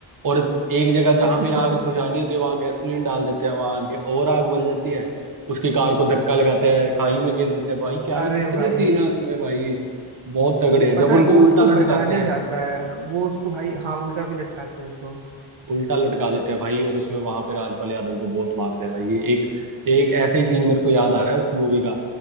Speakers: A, on the right (about 40°); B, on the right (about 80°).
A: और एक जगह जहां
B: <laughs>
A: पे आग बुझानी होती है वहां गैसोलीन डाल देते हैं वहां गे- और आग बल जाती है उसकी कार को धक्का लगाते हैं खाई में गिर देते हैं भाई क्या ही
B: अरे
A: कितने
B: भाई
A: सीन है उसमें भाई बहुत तगड़े हैं
B: पता
A: जब उनको
B: है वो
A: उल्टा
B: उसको
A: लटकाते
B: बचाने
A: हैं
B: जाता है वो उसको भाई हाँ उल्टा भी लटकाते हैं उसको
A: उल्टा लटका देते हैं भाई और उसमें वहां पे राजपाल यादव को बहुत मारते हैं भाई ये एक एक ऐसा ही सीन मेरे को याद आ रहा है उस मूवी का